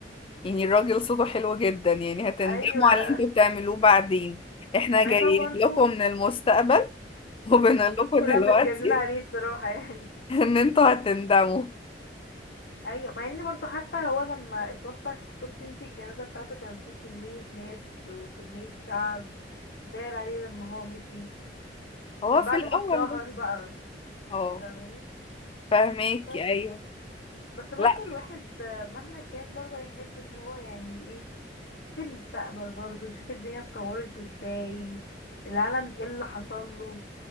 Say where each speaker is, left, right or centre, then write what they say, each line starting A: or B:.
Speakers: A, on the left (about 30°); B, on the left (about 70°).
A: يعني الراجل صوته حلو جدا يعني هتندموا
B: ايوه
A: على اللي انتوا بتعملوه بعدين احنا
B: مع
A: جايين
B: انه برضو
A: لكم من المستقبل وبنقول
B: والناس
A: لكم
B: كلها
A: دلوقتي
B: متجننة عليه بصراحة يعني
A: <laughs> ان انتوا هتندموا
B: ايوه مع ان برضو حتى هو لما اتوفى شفتي انتي الجنازة بتاعته كان فيه كمية ناس وكمية شعب داير عليه لما هو مشي
A: هو
B: من
A: في
B: بعد
A: الاول
B: ما اتشهر
A: بس
B: بقى يعني
A: اه
B: فاهماني
A: فاهماكي
B: بس
A: ايوه
B: بس برضو
A: لا
B: الواحد مهما كان برضو يحب ان هو يعني ايه شوف المستقبل برضو شوف الدنيا اتطورت ازاي العالم ايه اللي حصل له